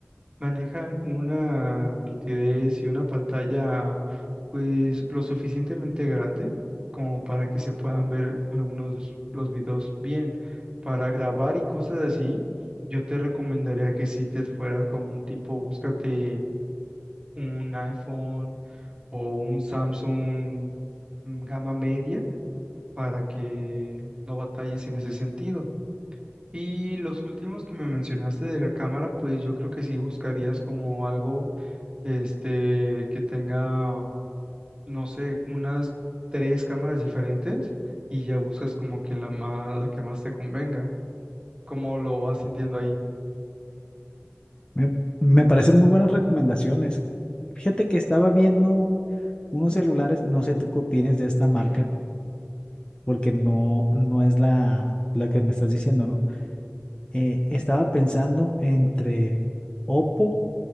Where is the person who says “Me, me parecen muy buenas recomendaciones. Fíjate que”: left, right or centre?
Left